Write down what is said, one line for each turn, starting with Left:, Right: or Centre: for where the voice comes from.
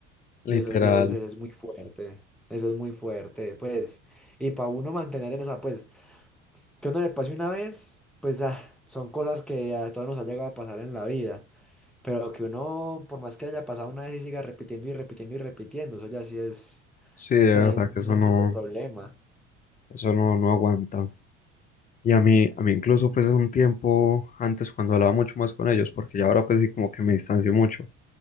Left: Literal.
Centre: Y eso sí es, es muy fuerte, eso es muy fuerte, pues, y para uno mantener en esa, pues, que uno le pase una vez, pues, ah, son cosas que a todos nos ha llegado a pasar en la vida, pero que uno, por más que haya pasado una vez y siga repitiendo y repitiendo y repitiendo, eso ya sí es
Left: Sí, de
Centre: tener
Left: verdad
Centre: un,
Left: que
Centre: un
Left: eso
Centre: otro
Left: no,
Centre: problema.
Left: eso no, no aguanta. Y a mí, a mí incluso pues es un tiempo antes cuando hablaba mucho más con ellos, porque ya ahora pues sí como que me distancio mucho,